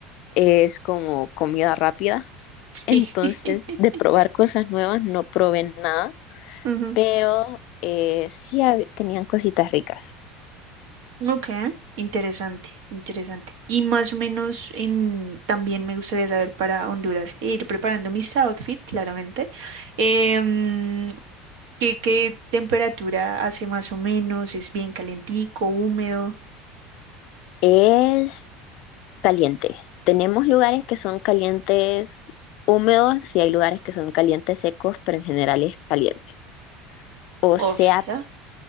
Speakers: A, on the left; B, on the right.
A: es como comida rápida.
B: Sí.
A: Entonces,
B: <laughs>
A: de probar cosas nuevas, no probé nada,
B: Ujú,
A: pero eh, sí hab- tenían cositas ricas.
B: Ok. Interesante, interesante. Y más o menos en, también me gustaría saber para Honduras, e ir preparando mis outfits, claramente. Em, ¿Qué, qué temperatura hace más o menos? ¿Es bien calentico, húmedo?
A: Es caliente. Tenemos lugares que son calientes húmedos y hay lugares que son calientes secos, pero en general es caliente. O
B: O
A: sea,
B: sea,